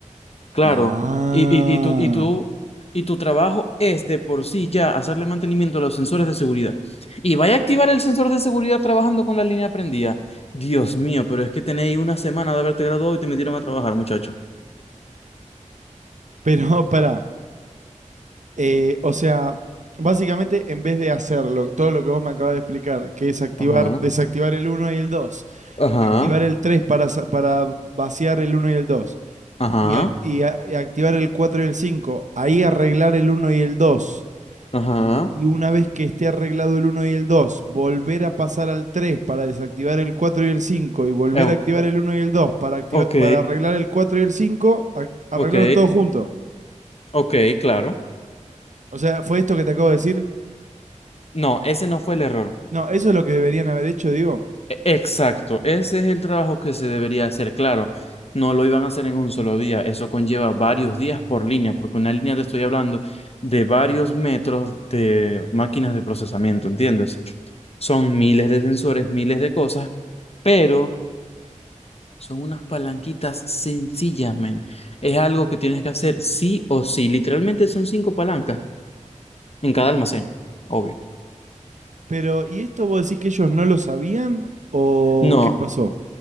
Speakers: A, on the left; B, on the right.
A: Claro,
B: Ah.
A: y, y, y, tu, y, tu, y tu trabajo es de por sí ya hacerle mantenimiento a los sensores de seguridad. Y vaya a activar el sensor de seguridad trabajando con la línea prendida. Dios mío, pero es que tenéis una semana de haberte graduado y te metieron a trabajar, muchacho.
B: Pero <laughs> pará, eh, o sea, básicamente en vez de hacerlo, todo lo que vos me acabas de explicar, que es activar,
A: Ajá,
B: desactivar el uno y el 2,
A: ajá,
B: activar el 3 para, sa- para vaciar el uno y el dos.
A: ajá,
B: y, ac- y a- y activar el 4 y el 5 ahí arreglar el uno y el dos
A: ajá.
B: y una vez que esté arreglado el uno y el 2 volver a pasar al 3 para desactivar el 4 y el 5 y volver
A: Eh,
B: a activar el uno y el 2 para, activar,
A: ok,
B: para arreglar el 4 y el 5 a- arreglaron
A: ok,
B: todo junto.
A: ok, claro.
B: O sea, ¿fue esto que te acabo de decir?
A: No, ese no fue el error.
B: No, eso es lo que deberían haber hecho, digo.
A: E- Exacto, ese es el trabajo que se debería hacer, claro. No lo iban a hacer en un solo día, eso conlleva varios días por línea, porque una línea te estoy hablando de varios metros de máquinas de procesamiento, ¿entiendes? Son miles de sensores, miles de cosas, pero son unas palanquitas sencillas, men. Es algo que tienes que hacer sí o sí. Literalmente son cinco palancas en cada almacén, obvio.
B: Pero, ¿y esto vos decís que ellos no lo sabían o
A: No,
B: qué pasó?